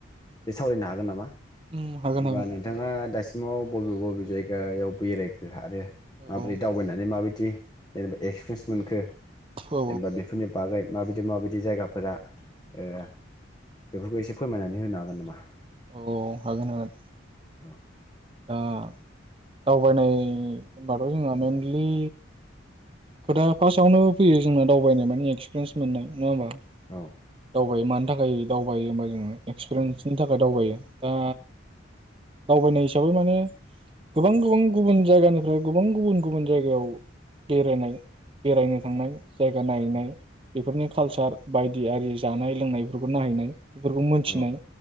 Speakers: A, on the left (about 20°); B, on the right (about 25°).
A: बे सावरायनो हागोन नामा?
B: उम हागोन
A: होनबा
B: हागोन
A: नोंथाङा दासिम सिमाव बबे बबे जायगायाव बेरायखो आरो
B: औ
A: माबोरै दावबायनानै माबायदि जेनेबा एक्सफ्रेस खो
B: औ
A: जेनबा बेफोरनि बा बागै माबायदि माबायदि जायगाफोरा ए बेफोरखौ एसे फोरमायनानै होनो हागोन नामा?
B: औ हागोन हागोन
A: औ
B: ओ दावबायनाय होनबाथ' जोंहा मेनलि खोथा फार्स्टआवनो फैयो जोंना दावबायनाय माने एक्सपिरियेन्स मोननाय नङा होमबा
A: औ
B: दावबायो मानो था खाय दावबायो होमबा जोङो एक्सपिरियेन्सनि
A: औ
B: थाखाय दावबायो दा दावबायनाय हिसाबै माने गोबां गोबां गुबुन जायगानिफ्राय गोबां गुबुन गुबुन जायगायाव बेरायनाय बेरायनो थांनाय जायगा नायनाय
A: औ
B: बेफोरनि कालसार बायदि आरि जानाय लोंनायफोरखौ नायहैनाय बेफोरखौ मोनथिनाय
A: औ